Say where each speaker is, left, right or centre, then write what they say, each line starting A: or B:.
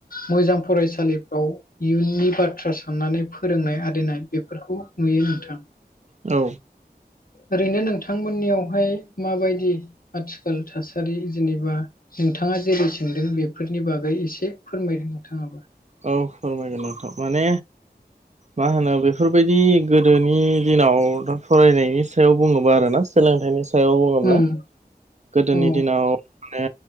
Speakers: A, on the left; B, on the right.
A: मोजां फरायसालिफ्राव इयुननि बाथ्रा साननानै फोरोंनाय आरिनाय बेफोरखौ नुयो नोंथां
B: औ
A: ओरैनो नोंथांमोननियावहाय माबायदि आथिखाल थासारि जेनेबा नोंथाङा जेरै सोंदों बेफोरनि बागै एसे फोरमायदों नोंथाङाबो
B: औ फोरमायगोन नोंथां माने मा होनो बेफोरबायदि गोदोनि दिनाव दा फरायनायनि सायाव बुङोबा आरोना सोलोंथाइनि सायाव बुङोब्ला
A: उम
B: गोदोनि
A: औ
B: दिनाव माने